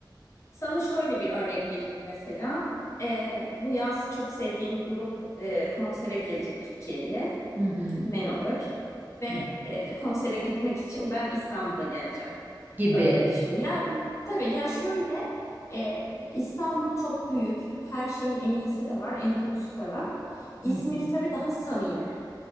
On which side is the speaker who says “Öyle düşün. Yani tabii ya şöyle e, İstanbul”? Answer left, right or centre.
Left